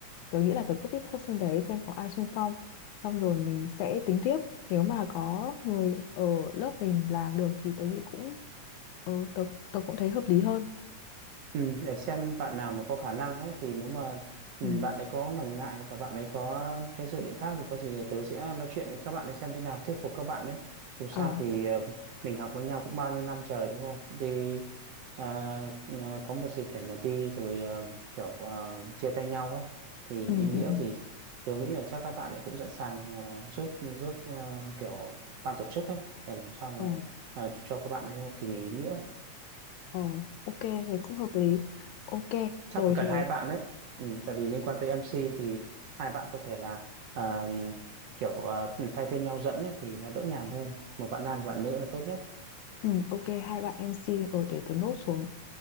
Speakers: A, on the left; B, on the right.
A: tớ nghĩ là tớ cứ viết post lên đấy xem có ai xung phong. Xong rồi mình sẽ tính tiếp. Nếu mà có người ở lớp mình làm được thì tớ nghĩ cũng ờ tớ tớ cũng thấy hợp lý hơn.
B: Ừ, để xem bạn nào mà có khả năng ấy thì nếu mà ừ,
A: Ừ.
B: bạn ấy có ngần ngại hoặc là bạn ấy có cái dự định khác thì có gì thì tớ sẽ nói chuyện với các bạn ấy xem thế nào thuyết phục các bạn ấy dù sao
A: Ờ.
B: thì ờ, mình học với nhau cũng bao nhiêu năm trời đúng không đi à, à, có một dịp để mà đi rồi ờ, kiểu ờ, chia tay nhau ấy thì
A: Ừ
B: ý nghĩa
A: ừ ừ.
B: thì tớ nghĩ là chắc các bạn ấy cũng sẵn sàng ờ, giúp giúp ờ, kiểu ban tổ chức ấy để làm sao
A: Ờ.
B: mà ờ, cho các bạn ấy một kỳ nghỉ ý nghĩa
A: Ờ, ok, thế cũng hợp lý. Ok,
B: chắc
A: rồi
B: phải cần
A: thế
B: hai bạn đấy ừ, tại vì liên quan tới MC thì hai bạn có thể là à, kiểu à, thay phiên nhau dẫn ấy, thì nó đỡ nhàm hơn một bạn nam một bạn nữ là tốt nhất
A: Ừ, ok hai bạn MC rồi để tớ nốt xuống